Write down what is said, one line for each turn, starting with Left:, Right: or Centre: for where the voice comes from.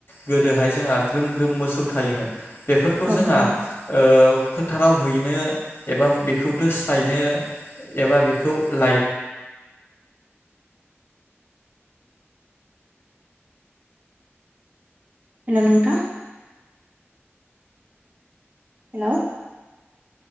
Left: गोदोहाय जोंहा ग्रोम ग्रोम मोसौ थायोमोन। बेफोरखौ
Right: औ
Left: जोंहा
Right: औ
Left: ओ फोथाराव हैनो एबा बेखौ दोस्लायनो एबा बेखौ लाय
Right: हेल' नोंथां। हेल'